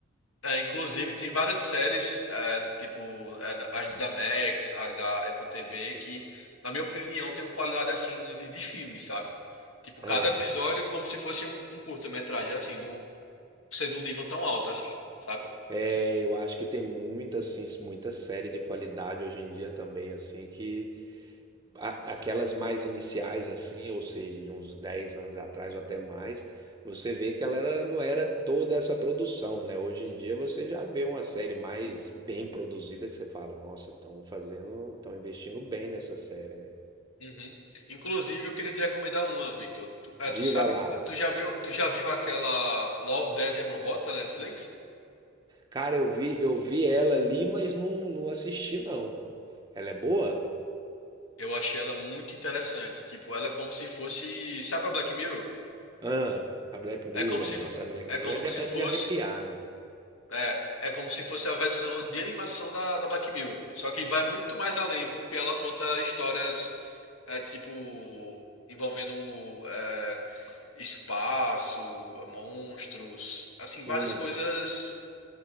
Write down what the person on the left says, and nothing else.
É, inclusive, tem várias séries, é, tipo, é, da- as da Max, as da Apple TV, que, na minha opinião, tem uma qualidade assim de, de filme, sabe? Tipo,
cada episódio é como se fosse um, um curta-metragem, assim, de um, ser de um nível tão alto, assim. sabe?
Uhum. Inclusive, eu queria te recomendar uma, Victor. Tu, eh,
tu sabe,
tu já viu, tu já viu aquela Love, Death and Robots da Netflix?
Eu achei ela muito interessante. Tipo, ela é como se fosse, sabe a Black Mirror?
É como se,
é
como
se fosse
É, é como se fosse a versão de animação da, da Black Mirror. Só que vai muito mais além, porque ela conta histórias, é, tipo, envolvendo é, espaço, monstros, assim, várias
coisas